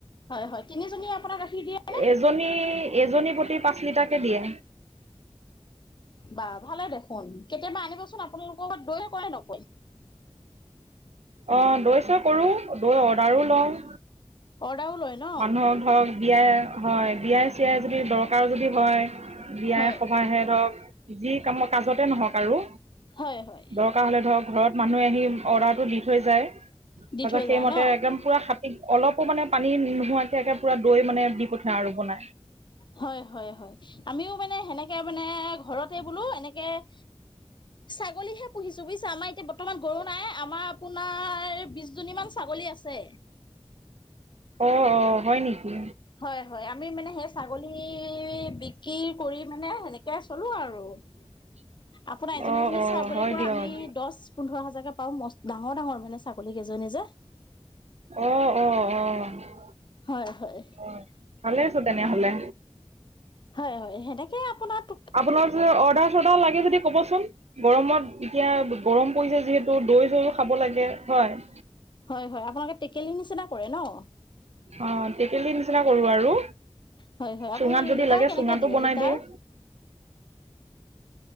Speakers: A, on the left (about 45°); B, on the right (about 85°).
A: হয়, হয় তিনিজনীয়ে আপোনাক গাখীৰ দিয়ে নে?
B: এজনী এজনী প্ৰতি পাঁচ লিটাৰ কে দিয়ে।
A: বাহঃ ভালে দেখোন, কেতিয়াবা আনিবচোন। আপোনালোকৰ ঘৰত দৈ কৰে নকয়?
B: অঁ, দৈ -চৈ কৰো, দৈ অৰ্ডাৰো লওঁ।
A: অৰ্ডাও লয়। ন
B: মানুহক ধৰক বিয়াই হয়, বিয়াই- চিয়াই যদি দৰকাৰ যদি - হয়, বিয়াই
A: হয়
B: সভাহে ধৰক যি কামৰ কাজতে নহওঁক আৰু।
A: হয়, হয়।
B: দৰকাৰ হ'লে ধৰক ঘৰত মানুহে আহি অৰ্ডাৰটো দি থৈ যায়। তাৰ
A: দি
B: পিছত
A: থৈ
B: সেইমতে
A: যায় ন
B: একদম- পুৰা খাতি অলপো মানে পানী নোহোৱাকে পুৰা দৈ মানে দি পঠিয়া আৰু বনাই।
A: হয়, হয়, হয়। আমিও মানে সেনেকে মানে ঘৰতে বোলো এনেকে- ছাগলীহে পুহিছো বুজিছা, আমাৰ এতিয়া বৰ্তমান গৰু নাই। আমাৰ আপোনাৰ- আমাৰ বিশজনী মান ছাগলী আছে।
B: অঁ, অঁ, হয় নেকি?
A: হয়, হয়, আমি মানে সেই ছাগলী বিক্ৰী কৰি মানে সেনেকে চলো আৰু।
B: <inaudible>
A: আপোনাৰ এজনী এজনী
B: অ
A: ছাগলীৰ
B: হয়
A: পৰা
B: দিয়ক
A: আমি দহ- পোন্ধৰ হাজাৰকে পাওঁ, মষ্ট ডাঙৰ ডাঙৰ মানে ছাগলী কেইজনী যে।
B: অঁ, অঁ, অঁ।
A: হয়, হয়।
B: অঁ, ভালে আছো তেনে হ'লে।
A: হয়, হয়। সেনেকে আপোনাক-
B: আপোনাৰ অৰ্ডাৰ- চৰ্ডাৰ লাগে যদি কবচোন গৰমত এতিয়া গৰম পৰিছে যিহেতু। ত' দৈ চৈও খাব লাগে হয়।
A: হয়, হয় আপোনালোকে টেকেলি নিচিনা কৰে ন?
B: অ' টেকেলি নিচিনা কৰো আৰু
A: হয় হয় আপুনি
B: চুঙাত যদি
A: লিটাৰ
B: লাগে
A: কেনেকে
B: চুঙাতো
A: দিয়ে
B: বনাই
A: লিটাৰ
B: দিওঁ।